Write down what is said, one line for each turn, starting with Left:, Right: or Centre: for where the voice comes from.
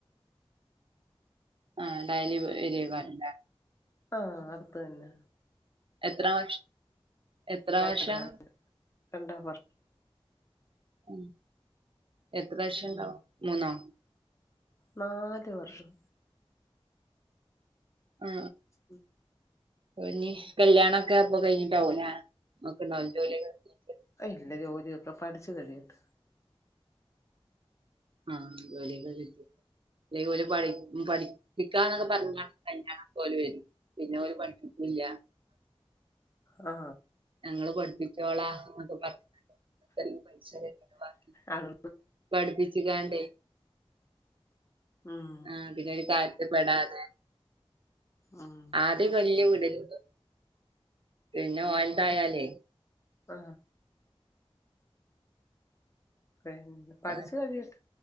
Right: ആ ഡയലി പോയിവരികാണ്
Left: ആ അടുത്ത് തന്നെ
Right: എത്ര വർഷ് എത്ര
Left: രണ്ട്
Right: വർഷാ?
Left: ര രണ്ടാം വർഷം
Right: ഉം എത്ര വർഷണ്ടാവും
Left: ഉം
Right: മൂന്നോ?
Left: നാല് വർഷം
Right: ആ
Left: ഉം
Right: ഇപ്പനി കല്യാണൊക്കെ അപ്പ കഴിഞ്ഞിട്ടാവുംല്ലേ നോക്കുണ്ടോ ജോലിയൊക്കെ
Left: ഇല്ല ജോലി ഇപ്പം പഠിച്ചു കഴിയട്ട്
Right: ആ ജോലിക്കെ കിട്ടി തേ പോലെ പഠി പഠിപ്പിക്കാന്നൊക്കെ പറഞ്ഞ്കാണ്ട് കല്യാണ പോലെ വരു പിന്നെ ഓല് പഠിപ്പിക്കില്ല
Left: ആ
Right: ഞങ്ങള് പഠ്പ്പിച്ചോളാം എന്നൊക്കെ പറ അത്രയേം പൈസകെട്ടി
Left: അത്
Right: പഠിപ്പിച്ച്കാണ്ടേ
Left: ഉം
Right: ആ <unintelligible> കാര്യത്തിപ്പെടാതെ
Left: ഉം
Right: ആദ്യക്കെ വല്യ വിടല് വി പിന്നെ ഓല്തായാലെ
Left: ആ പിന്നെ പഠിച്ചു
Right: ആഹ്
Left: കഴിയട്ട്